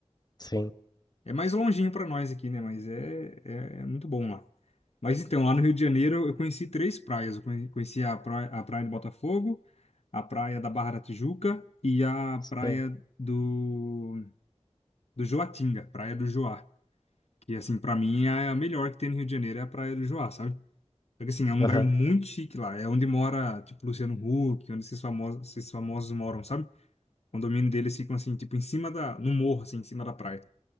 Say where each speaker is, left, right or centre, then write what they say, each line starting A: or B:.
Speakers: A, on the left; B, on the left.
A: Sim,
B: É mais longinho pra nós aqui, né? Mas é, é, é muito bom lá. Mas então, lá no Rio de Janeiro, eu conheci três praias. Eu conhe- conheci a praia, a praia de Botafogo, a praia da Barra da Tijuca e a
A: sei.
B: praia do, do Joatinga, praia do Joá. Que, assim, pra mim, é a melhor que tem no Rio de Janeiro, é a praia do Joá, sabe? Porque assim, é um
A: Aham,
B: lugar muito chique lá. É onde mora, tipo, Luciano Huck, onde esses famosos, esses famosos moram, sabe? O condomínio deles ficam assim, tipo, em cima da, no morro, assim, em cima da praia.